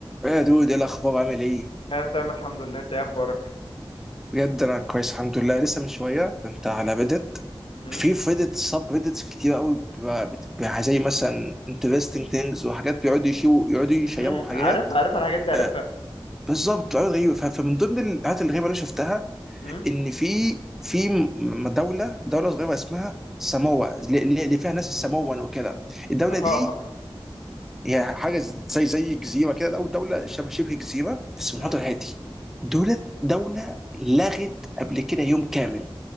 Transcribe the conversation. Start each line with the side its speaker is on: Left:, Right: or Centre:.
Centre: يا دود ايه الاخبار عامل ايه
Left: انا تمام الحمد لله انت ايه اخبارك
Centre: بجد انا كويس الحمد لله لسه من شويه كنت على ريدت
Left: امم
Centre: في في ريدت سب ريدتس كتير قوي ب- بت- ب- زي مثلا interesting things وحاجات بيقعدوا يشيو يقعدوا يشيروا
Left: مهم.
Centre: حاجات
Left: عارفها عارفها الحاجات دي عارفها
Centre: آه بالظبط حاجات غريبه ف- فمن ضمن الحاجات الغريبه اللي أنا شفتها
Left: امم
Centre: ان في في م- دوله دوله صغيره اسمها ساموا اللي اللي- اللي فيها ناس الساموان وكده الدوله
Left: اه
Centre: دي
Left: اه اه
Centre: يعني حاجه زي زي جزيره كده او دوله شبه شبه جزيره بس في المحيط
Left: امم
Centre: الهادي دولت دوله لغت قبل كده يوم كامل